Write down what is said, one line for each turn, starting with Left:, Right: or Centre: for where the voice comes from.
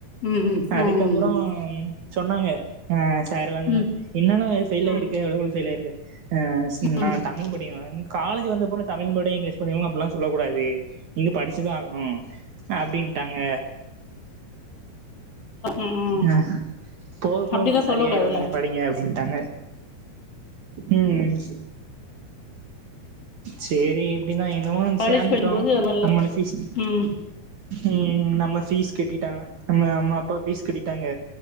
Left: ம் ம்
Right: அதுக்கப்பறோ
Left: ம்
Right: அப்றோம் சொன்னாங்க ஆ சார்லா
Left: ம்
Right: சொன்னாங்க என்னன்ன ஃபெயில்
Left: ம்
Right: ஆயிருக்க எவ்ளோவுல ஃபெயில் ஆயிருக்க அசிங்மா
Left: ம்
Right: நா தமிழ் படிக்க வேணா காலேஜ் வந்த போல தமிழ் படி இங்கிலீஷ் படிவங்களும் அப்புல்லா சொல்ல கூடாது இங்க படுச்சுதா ஆகணு அப்டின்ட்டாங்க
Left: ம்
Right: யா போக போக
Left: அப்டிலா
Right: உங்களுக்கு
Left: சொல்ல
Right: சரியாயிடு
Left: கூடாதுல்ல
Right: நீங்க படிங்க அப்டின்ட்டாங்க ம் ம் சேரி அப்டிதா என்னவு வந்து
Left: காலேஜ்
Right: சேந்துட்டோ
Left: படிக்கும்போது அது மாரிலா
Right: நம்மள ஃபீஸ்
Left: ம்
Right: ம் நம்ம பீஸ் கட்டிட்டாங்க நம்ம அம்மா அப்பா பீஸ் கட்டிட்டாங்க